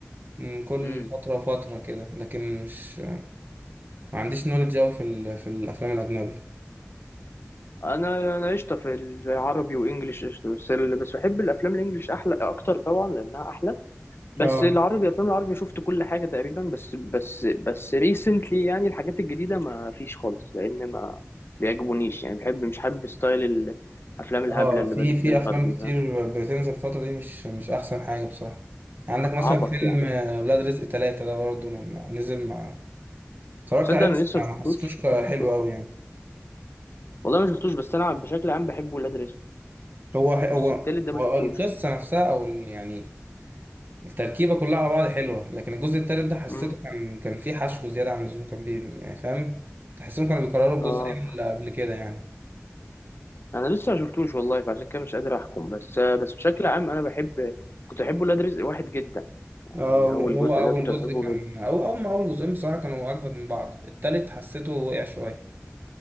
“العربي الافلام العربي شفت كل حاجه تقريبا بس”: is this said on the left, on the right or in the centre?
Left